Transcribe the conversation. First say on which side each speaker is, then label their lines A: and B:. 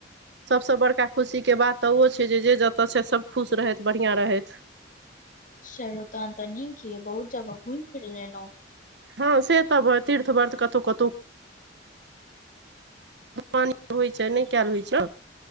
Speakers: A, on the right (about 65°); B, on the left (about 45°).
A: सबसँ बड़का खुशीके बात त ओ छै जे जत छथि सभ खुश रहथि बढ़िआँ रहथि।
B: चलु तहन त नीक या बहुत जगह घुम फिर लेलौ।
A: हां से तऽ ब तीर्थ वर्थ कतौ-कतौ जवानी खत्म होय छै नै काएल होय छै,